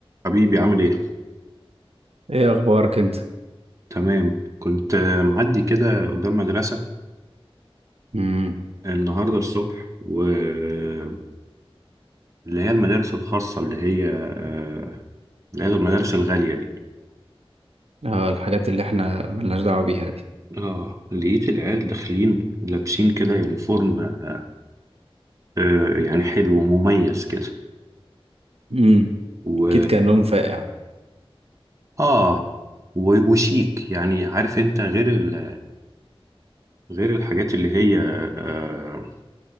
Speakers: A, on the right; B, on the right.
A: حبيبي عامل ايه؟
B: ايه اخبارك انت
A: تمام كنت آه، معدي كده قدام مدرسة
B: امم
A: النهاردة الصبح واللي هي المدارس الخاصة اللي هي آه، اللي هي المدارس الغالية دي
B: اه الحاجات اللي احنا ملناش دعوة بيها دي
A: اه لقيت العيال داخلين لابسين كده يونيفورم آه، آه، يعني حلو ومميز كده
B: امم
A: و
B: اكيد كان لهم فائع
A: اه و- وشيك يعني عارف انت غير ال... غير الحاجات اللي هي اه